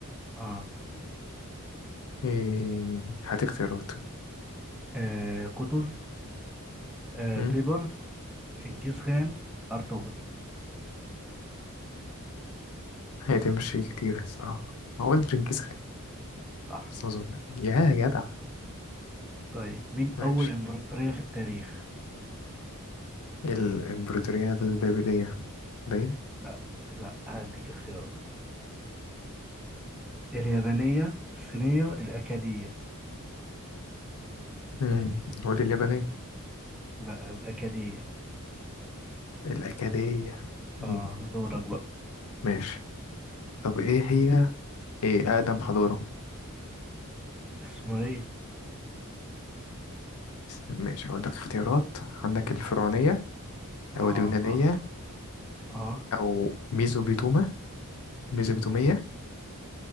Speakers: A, in the centre; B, on the left.
A: اه,
B: إيه، هات اختيارات
A: آه قطز آه
B: مم.
A: بيبرز شنكيز خان أرطغرل
B: هتمشي كتير الصراحة هقول جنكيز خان
A: صح
B: بس ما أظن يا جدع
A: طيب مين
B: ماشي
A: أول إمبراطورية في التاريخ؟
B: الإمبراطورية البابلية باين
A: لا لا هديك اختيارات اليابانية الصينية الأكادية
B: مم. قول لي اليابانية
A: لا الأكادية
B: الأكادية مم.
A: آه دورك بقى
B: ماشي طب إيه هي إيه أقدم حضارة
A: السومرية
B: ماشي هقول لك اختيارات عندك الفرعونية
A: آه
B: أو اليونانية
A: آه آه
B: او ميزوبيتوما ميزوبيتومية
A: مم.